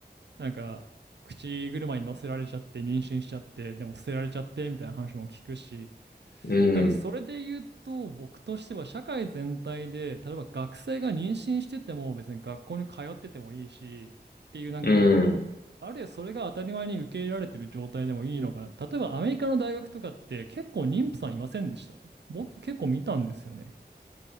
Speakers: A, on the right; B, on the left.
A: なんか、口車に乗せられちゃって、妊娠しちゃって、でも捨てられちゃって、みたいな話も聞くし、
B: うん。
A: ただそれで言うと僕としては社会全体で例えば学生が妊娠してても別に学校に通っててもいいしっていうなんか
B: うん。
A: あるいはそれが当たり前に受け入れられてる状態でもいいのかな例えばアメリカの大学とかって結構妊婦さんいませんでした僕結構見たんですよね